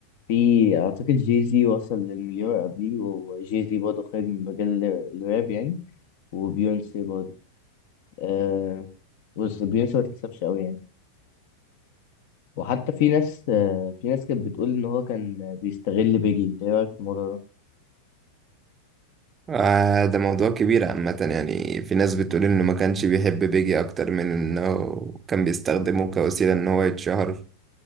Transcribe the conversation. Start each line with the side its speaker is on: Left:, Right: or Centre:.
Left: في أعتقد جي زي وصل للمليار قبليه وجي زي برضه خارج من مجال ال- الراب يعني وبيونسي برضه آه بص بيونسي ما تحسبش قوي يعني وحتى في ناس آه في ناس كانت بتقول إن هو كان بيستغل بيجي أنت إيه رأيك في الموضوع ده؟
Right: آه ده موضوع كبير عامة يعني في ناس بتقول إنه ما كانش بيحب بيجي أكتر من إنه كان بيستخدمه كوسيلة إن هو يتشهر